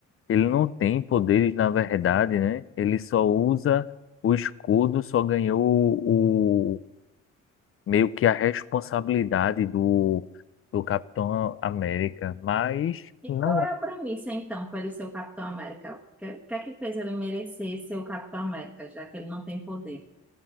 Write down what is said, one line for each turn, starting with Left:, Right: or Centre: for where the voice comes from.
Left: Ele não tem poderes, na verdade, né? Ele só usa o escudo, só ganhou o, o- meio que a responsabilidade do, do Capitão América, mas não
Centre: E qual
Left: é
Centre: é a premissa, então, para ele ser o Capitão América? O que, o que é que fez ele merecer ser o Capitão América, já que ele não tem poder?